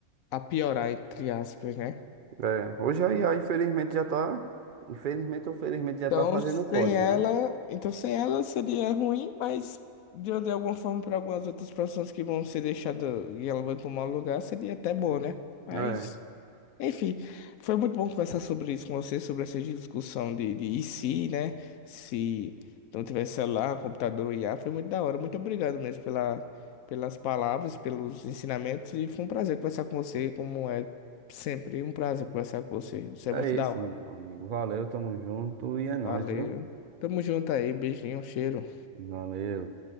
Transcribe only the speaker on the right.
É, hoje a IA, infelizmente, já tá. Infelizmente ou felizmente já
tá fazendo
o código,
né?
É.
É
isso,
meu amigo. Valeu, tamo junto e é nóis,
viu?
Valeu.